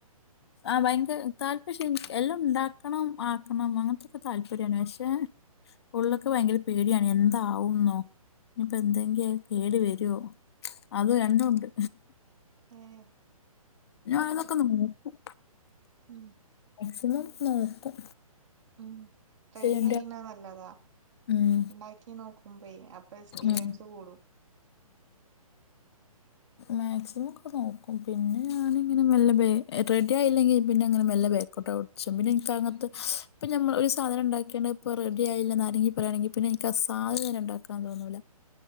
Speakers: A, on the left; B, on the right.
A: ആഹ് ഭയങ്ക താല്പ ച ഇൻ എല്ലോണ്ടാക്കണം ആക്കണം അങ്ങൻത്തോക്കെ താല്പര്യാണ് പക്ഷേ ഉള്ള്ക്ക് ഭയങ്കര പേട്യാണ് എന്താവുംന്നോ ഇനിപ്പോ എന്തെങ്കി അത് കേട് വെരോ? അത് രണ്ടുണ്ട്.
B: ഏഹ്.
A: ഞാനോരോന്നൊക്കൊന്ന് നോക്കും
B: ഉം
A: മാക്സിമം നോക്കും.
B: ഉം ട്രൈ
A: ചെയ്യേണ്ട
B: യ്യെയ്യ്‌ണെ നല്ലതാ
A: ഉം
B: ഇണ്ടാക്കി നോക്കുമ്പേയ് അ പ്പ എക്സ്പീരിയൻസ്
A: ഉം
B: കൂടും.
A: മാക്സിമോക്കെ നോക്കും പിന്നെ ഞാനിങ്ങനെ മെല്ലെ ബെ റെഡ്യായില്ലെങ്കി പിന്നെ അങ്ങനെ മെല്ലെ ബേക്കോ ട്ടാവും. ഷം പിന്നെ ഇൻക്കങ്ങൻത്തൊ ഇപ്പ ഞമ്മള് ഒര് സാധനണ്ടാക്ക്യാണ്ട് ഇപ്പോ റെഡ്യായില്ലന്നാരേങ്കി പറയാണെങ്കി പിന്നെ ഇൻ ക്കാ സാധനെന്നെ ഇണ്ടാക്കാൻ തോന്നൂല.